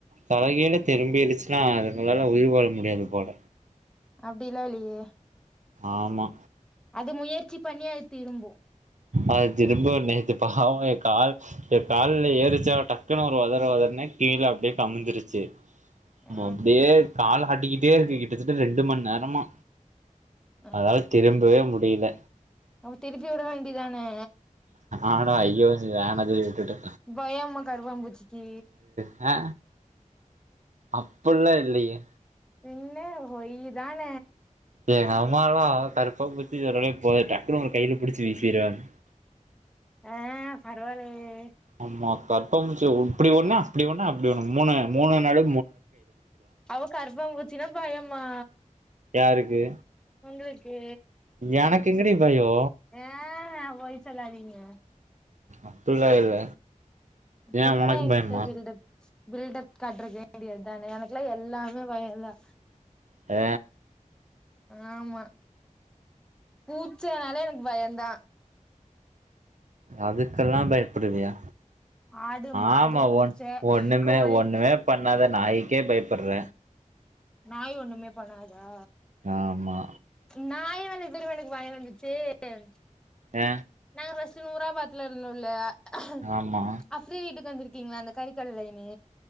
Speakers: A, on the right (about 65°); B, in the centre.
A: தலகீல திரும்பிடிச்சின்னா அதுங்களால உயிர் வாழ முடியாது போல
B: அப்டில்லா இல்லையே
A: ஆமா
B: அது முயற்சி பண்ணி அது திரும்போ
A: அது திரும்போ நேத்து பாவோ எயா கால் அது கால்ல ஏறுச்சா டக்குன்னு ஒரு ஒதற ஒதறன கீழே அப்டியே கமுந்திருச்சி சும்மா
B: ஆ
A: அப்டியே கால் ஆட்டிக்கிட்டே இருக்கு கிட்டத்தட்ட ரெண்டு மணி நேரமா
B: ஆ
A: அதால திரும்பவே முடியல
B: அப்ப திருப்பிவுட வேண்டிதானே
A: ஆடா ஐயோ சேரி வேணா சொல்லி விட்டுட்டே
B: பயம்மா கருபாம்பூச்சுக்கி
A: ஆ அப்பள்ள இல்லையே
B: பின்ன பொய் தான
A: எங்க அம்மாலா கருப்பாபூச்சி சொன்னோனே போய் டக்குனு ஒரு கையில புடிச்சு வீசிருவாங்க
B: ஆ பரவாலேயே
A: ஆமா கர்பாம்பூச்சுய இப்டி ஒண்ணு அப்டி ஒண்ணு அப்டி ஒண்ணு மூணு மூணு நழு
B: அவோ கர்ப்பாம்பூச்சினா பயமா
A: யாருக்கு
B: உங்களுக்கு
A: எனக்கு எங்கடி பயோ
B: ஆஹ பொய் சொல்லாதீங்க
A: அப்பிட்லா இல்ல ஏ
B: சும்மா
A: உனக்கு
B: எங்கிட்ட
A: பயமா
B: பில்டப் பில்டப் காட்டுறக்க வேண்டியது தான எனக்குல்லா எல்லாமே பயந்தா
A: அ
B: ஆமா பூச்சனாலே எனக்கு பயந்தான்
A: அதுக்கெல்லா பயப்படுவியா
B: ஆடு மாடு
A: ஆமா
B: பூச்ச
A: ஒன் ஒண்ணுமே
B: கோழி
A: ஒண்ணுமே பண்ணாத நாய்க்கே பயப்படுற
B: நாய் ஒண்ணுமே பண்ணாதா
A: ஆமா
B: நாய் மேல எப்தெருமா எனக்கு பயோ வந்துச்சு சேரி
A: எ
B: நாங்க ஃபஸ்ட்டு நூராபாத்துல இருந்தோல்ல அப்
A: ஆமா
B: அஃப்ரீ வீட்டுக்கு வந்திருக்கீங்களா அந்த கறிக்கட லைன்னு